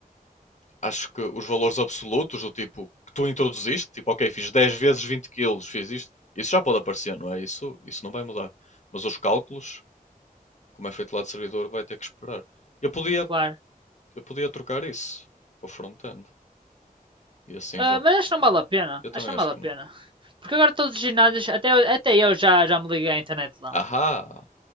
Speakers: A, on the left; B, on the right.
A: acho que os valores absolutos, do tipo que tu introduziste, tipo, ok, fiz 10 vezes 20 quilos, fiz isto, isso já pode aparecer, não é? Isso, isso não vai mudar. Mas os cálculos, como é feito lá de servidor, vai ter que esperar. Eu podia,
B: claro.
A: eu podia trocar isso para o front-end. E assim
B: Ah,
A: já.
B: mas acho que não vale a pena.
A: Eu também
B: Acho que não
A: acho
B: vale
A: que
B: a pena.
A: não.
B: Porque agora todos os ginásios, até, eu- até eu já, já me liguei à internet lá.
A: Ahá!